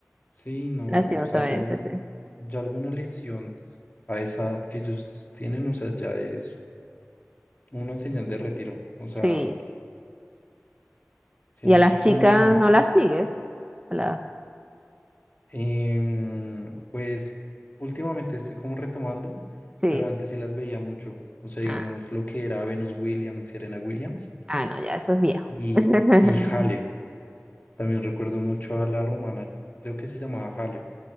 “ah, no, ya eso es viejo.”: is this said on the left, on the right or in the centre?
Right